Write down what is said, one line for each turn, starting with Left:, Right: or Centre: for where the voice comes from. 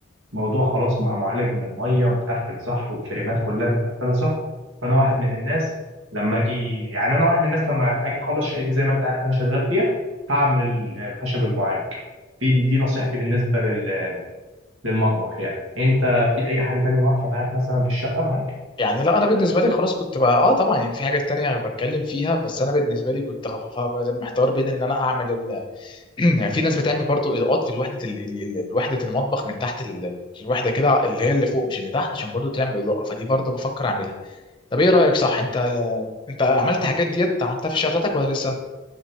Right: موضوع خلاص مع معالج من الميه ومتقفل صح والفريمات كلها متقفله صح فانا واحد من الناس لما اجي يعني انا واحد من الناس لما اجي اخلص شقتي زي ما انت عارف انا شغال فيها هعمل ال- الخشب المعالج في دي, دي نصيحتي بالنسبه لل- للمطبخ يعني انت في اي حاجه تانية واقفه معاك مثلا في الشقه معاك
Left: يعني لا انا بالنسبه لي خلاص كنت بقى اه طبعا يعني في حاجات تانية بتكلم فيها بس انا بالنسبه لي كنت غ- محتار بين ان انا اعمل ال... <clears throat> يعني في ناس بتعمل برضو اضاءات في الوحده ال... ال- ال- وحده المطبخ من تحت ال... ال- الوحده كده اللي هي اللي فوق مش اللي تحت عشان برضو تعمل اضاءه فدي برضو بفكر اعملها طب ايه رايك صح انت انت عملت حاجات ديت عملتها في الشقه بتاعتك ولا لسه